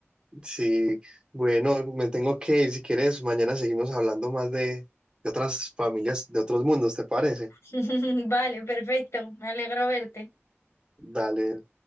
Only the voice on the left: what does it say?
<laughs> Vale, perfecto. Me alegro verte.